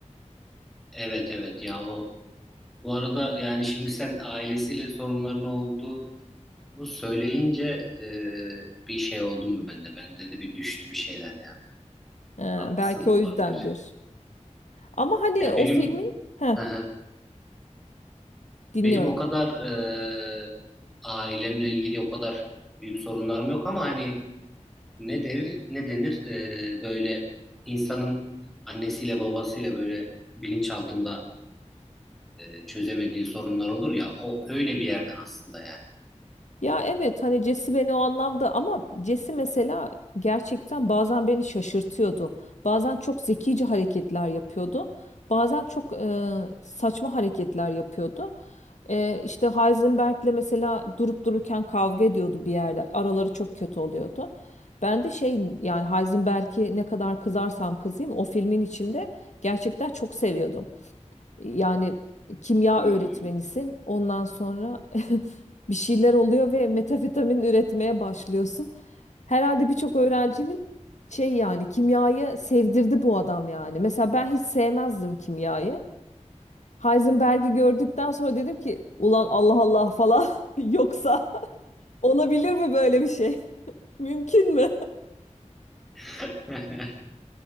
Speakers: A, in the centre; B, on the left (about 70°).
A: Evet evet ya o bu arada yani şimdi sen ailesiyle sorunların olduğunu söyleyince e, bir şey oldum ben de. Ben de bir düştü bir şeyler yani.
B: Ee,
A: Haklısın
B: belki
A: olabilir.
B: o yüzdendir. Ama hani
A: Ya
B: o
A: benim
B: filmin heh,
A: <laughs>
B: dinliyorum.
A: Benim o kadar e, ailemle ilgili o kadar büyük sorunlarım yok ama hani ne der ne denir e, böyle insanın annesiyle babasıyla böyle bilinç altında e, çözemediği sorunlar olur ya o öyle bir yerden aslında yani.
B: Ya evet hani Cesi beni o anlamda ama Cesi mesela gerçekten bazen beni şaşırtıyordu. Bazen çok zekice hareketler yapıyordu. Bazen çok e, saçma hareketler yapıyordu. E, işte Heisenberg'le mesela durup dururken kavga ediyordu bir yerde. Araları çok kötü oluyordu. Ben de şey yani Heisenberg'i ne kadar kızarsam kızayım o filmin içinde gerçekten çok seviyordum. Yani kimya
A: Hmm.
B: öğretmenisin. Ondan sonra <laughs> bir şeyler oluyor ve metafetamin üretmeye başlıyorsun. Herhalde birçok öğrencinin şey yani kimyayı sevdirdi bu adam yani. Mesela ben hiç sevmezdim kimyayı. Heisenberg'i gördükten sonra dedim ki ulan Allah Allah falan <laughs> yoksa olabilir mi böyle bir şey? <laughs> Mümkün mü?
A: <laughs>